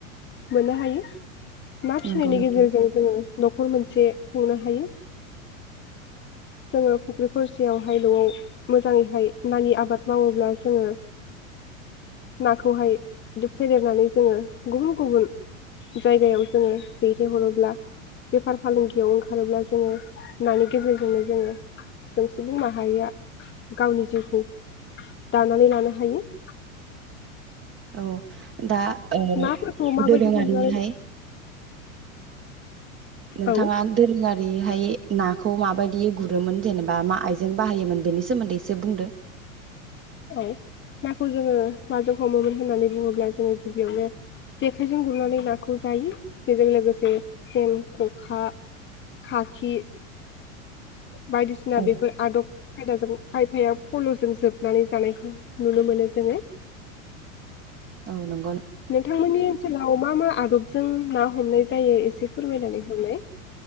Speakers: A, on the left; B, on the right.
A: मोननो हायो । ना फिसिनायनि
B: नंगौ नोंथां
A: गेजेरजों जोङो नखर मोनसे खुंनो हायो जोङो । बेफोरसेयावहाय नआव मोजाङैहाय नानि आबाद मावोब्ला जोङो नाखौहाय फेदेरनानै जोङो गुबुन गुबुन जायगायाव जोङो दैथाय हरोब्ला बेफार फालांगियाव ओंखारोब्ला जोङो नानि गेजेरजोंनो जोङो जों सुबुं माहारिया गावनि जिउखौ दानानै लानो हायो ।
B: औ दा ओ
A: नाफोरखौ माबायदि
B: दोरोङारिहाय
A: हमनानै
B: नोंथाङा
A: औ
B: दोरोङारि हाय नाखौ माबायदि गुरोमोन जेनेबा मा आइजों बाहायोमोन बेनि सोमोन्दैसे बुंदो ।
A: औ नाखौ जोङो माजों हमोमोन होननानै बुङोब्ला जोङो गिबियावनो जेखाइजों गुरनानै नाखौ जायो । बेजों लोगोसे सेन, खखा, खाखि, बायदिसिना
B: औ
A: बेफोर आदब खायदाजों खायफाया फलजों जोबनानै जानायखौ नुनो मोनो जोङो।
B: औ नंगौ
A: थांमोननि ओनसोलाव मा मा आदबजों ना हमनाय जायो एसे फोरमायनानै हरनाय।